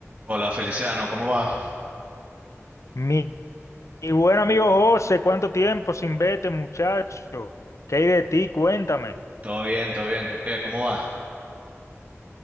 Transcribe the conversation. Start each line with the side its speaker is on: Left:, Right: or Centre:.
Right: Hola Feliciano, ¿cómo va?
Left: Mi, mi buen amigo José, ¿cuánto tiempo sin verte, muchacho? ¿Qué hay de ti? Cuéntame.
Right: Todo bien, todo bien. ¿Tú qué? ¿Cómo va?